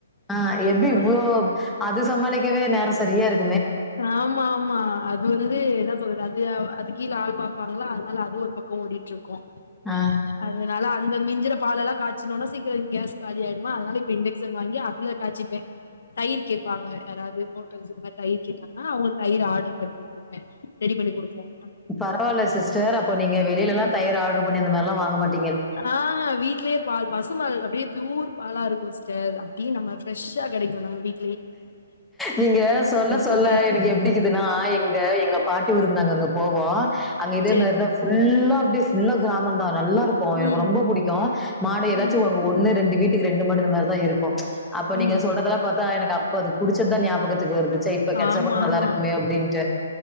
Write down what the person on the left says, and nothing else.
ஆமா
ஆமா ஆமா அது வந்து என்ன சொல்றது அது அது கீழ ஆள் பாப்பாங்களா அதனால அது ஒரு பக்கம் ஓடிட்டு இருக்கும் ஆஹ்
அது னால அந்த மிஞ்சுற பால் எல்லா காய்ச்சனும்னா சீக்கிரம் இங்க கேஸ் காலி ஆயிடுமா அதனால இப்ப இண்டக்ஷன் வாங்கி அதுல காய்ச்சிட்டேன் தயிர் கேட்பாங்க யாராவது ஹோட்டலுக்கு இந்த மாரி தயிர்லா கேட்டாங்கன்னா அவங்க தயிர் ஆர்டர் பண்ணி குடுப்பேன் ரெடி பண்ணி குடுப்போம்
ஆஹ் வீட்லயே பால் பசும்பால் அப்டியே ப்யூர் பாலா இருக்கும் சிஸ்டர் அப்டியே நம்ம ஃப்ரெஷ்ஷா கிடைக்கும் நம்ம வீட்
போக
சேரி
ம்
ம்
ம்
ஆமா
ஆமா